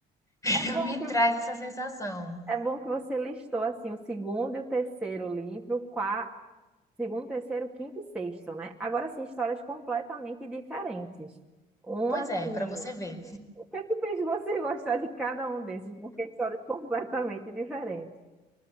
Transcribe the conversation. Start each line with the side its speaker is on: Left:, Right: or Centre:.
Left: <laughs>
Centre: É bom
Left: Me traz
Centre: que
Left: essa sensação.
Centre: É bom que você listou assim o segundo e o terceiro livro, qua- segundo, terceiro, quinto e sexto, né? Agora sim, histórias completamente diferentes. Um
Left: Pois
Centre: assim,
Left: é, pra você ver.
Centre: o que é que fez você <laughs> gostar de cada um desses? Porque histórias completamente diferentes.